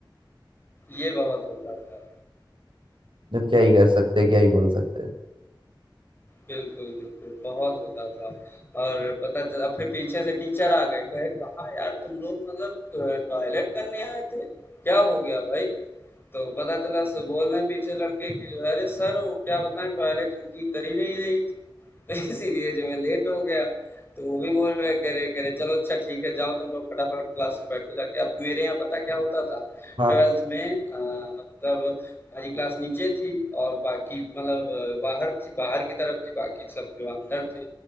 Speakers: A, on the left; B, on the right.
A: ये बहुत होता था।
B: जब क्या ही कर सकते क्या ही बोल सकते
A: बिल्कुल, बिल्कुल, बहुत होता था और पता चला फिर पीछे से टीचर आ गए, कहे कहाँ यार तुम लोग मतलब अ, टॉयलेट करने आए थे? क्या हो गया भाई? तो पता चला स बोल रहे हैं पीछे लड़के कि जो है अरे सर वो क्या बताएँ टॉयलेट इनकी कर ही नहीं रही थी, <laughs> तो इसीलिए जो है लेट हो गया। तो वो भी बोल रहे कह रहे कह रहे चलो अच्छा ठीक है जाओ तुम लोग फटाफट क्लास में बैठो जाके। अब मेरे यहाँ पता क्या होता था?
B: हाँ
A: ट्वेल्थ में अ, मतलब हमारी क्लास नीचे थी और बाकी मतलब अ, बाहर थी बाहर की तरफ थी बाकी सब जो अंदर थे